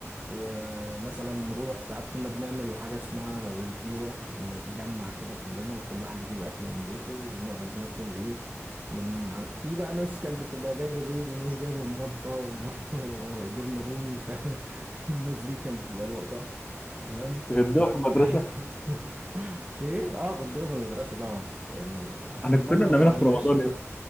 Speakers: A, on the right; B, on the left.
A: ومثلا نروح ساعات كنا بنعمل حاجة اسمها غديوة نتجمع كده كلنا وكل واحد يجيب أكل من بيته ونقعد ناكل ايه من عن... في بقى ناس كانت بتبقى جايبة بيض وناس جايبة مربى و... <laughs> وجبنة رومي فاهم <laughs> الناس دي كانت بتبقى لقطة تمام
B: غديوه في المدرسه
A: <laughs> ايه اه غديوة في المدرسة طبعا يعني <laughs>
B: احنا
A: امال
B: كنا
A: لو
B: بنعملها
A: ما عملناش
B: في رمضان يا اسطى